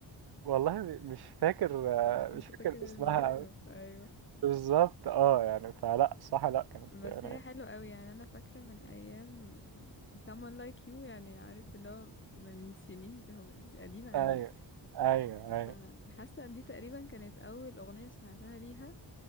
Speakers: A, on the right; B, on the left.
A: والله م- مش فاكر
B: <laughs>
A: آه،
B: بس انت
A: مش فاكر
B: فاكر
A: اسمها
B: الموقف ايوه
A: بالظبط اه يعني فلا صح لا كانت
B: بس
A: يعني
B: هي حلوة قوي يعني انا فاكرة من ايام someone like you يعني عارف اللي هو من سنين هو قديمة
A: ايوه
B: قوي
A: ايوه ايوه
B: فحاسة ان دي تقريبا كانت اول اغنية سمعتها ليها